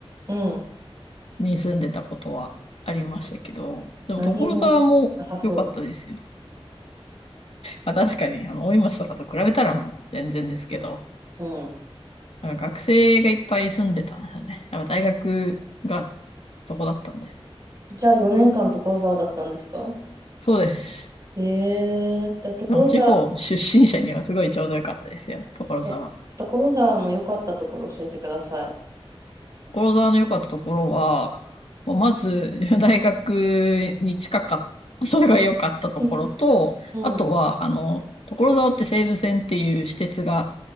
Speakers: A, on the right (about 35°); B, on the left (about 70°).
A: うん。
B: に住んでたことはありましたけど、でも所沢も良かったですよ。
A: 何もなさそ
B: まあ確かに、あの、大井町とかと比べたらもう全然ですけど、
A: う。うん。
B: なんか学生がいっぱい住んでたんですよね。やっぱ大学がそこだったんで。
A: じゃあ4年間所沢だったんですか
B: そうです。
A: ええーじゃあ所沢、
B: でも地方出身者にはすごいちょうど良かったですよ、所沢。
A: え、所沢の良かったところ教えてください。
B: 所沢の良かったところは、もうまず <laughs> 大学に近かった。それが良かったところと、
A: <laughs> うん。
B: あとは、あの、所沢って西武線っていう私鉄が